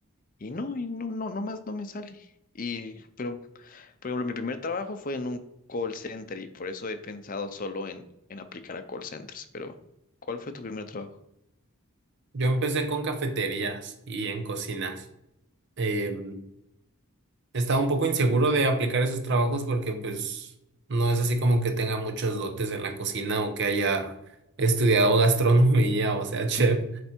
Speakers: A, on the left; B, on the right.
A: Y no, y no, no, no más no me sale. Y, pero, por ejemplo, mi primer trabajo fue en un call center y por eso he pensado solo en, en aplicar a call centers. Pero, ¿cuál fue tu primer trabajo?
B: Yo empecé con cafeterías y en cocinas. Eh, estaba un poco inseguro de aplicar esos trabajos porque pues no es así como que tenga muchos dotes en la cocina o que haya estudiado gastronomía o sea, <laughs> chef.
A: Mm,